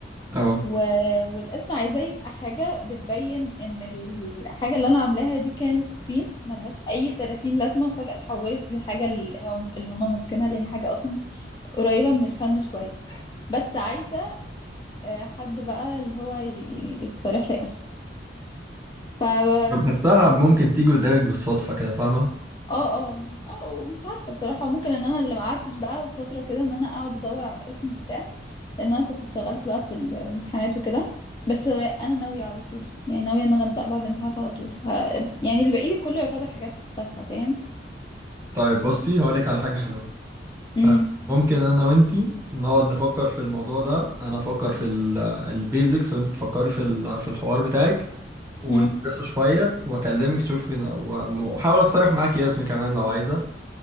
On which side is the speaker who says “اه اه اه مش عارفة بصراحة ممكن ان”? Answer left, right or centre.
Left